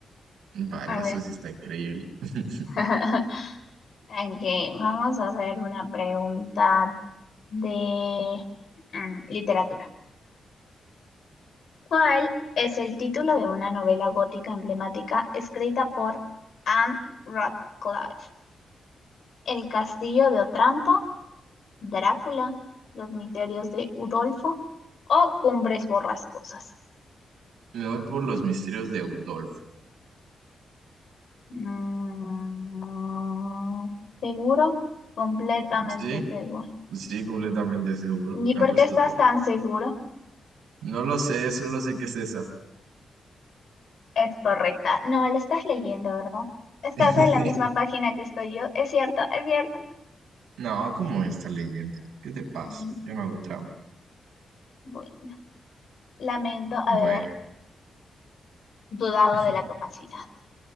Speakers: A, on the right; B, on the left.
A: vaya,
B: A ver.
A: eso sí está increíble. <laughs>
B: <laughs> Ok, vamos a hacer una pregunta de mm, literatura. ¿Cuál es el título de una novela gótica emblemática escrita por Anne Radcliffe? ¿El castillo de Otranto, Drácula, los misterios de Udolfo o Cumbres Borrascosas?
A: Me voy por los misterios de Udolfo.
B: Mm, ¿seguro? Completamente
A: Sí,
B: seguro.
A: sí, completamente seguro.
B: ¿Y
A: Me
B: por
A: ha puesto
B: qué estás
A: todo.
B: tan seguro?
A: No lo sé, solo sé que es esa.
B: Es correcta. No, la estás leyendo, ¿verdad? Estás
A: Sí.
B: en la misma
A: <laughs>
B: página que estoy yo. Es cierto, es cierto.
A: No, ¿cómo está leyendo? ¿Qué te pasa?
B: Mm,
A: Yo no hago trampa.
B: Bueno, lamento
A: Bueno,
B: haber dudado
A: <laughs>
B: de la capacidad.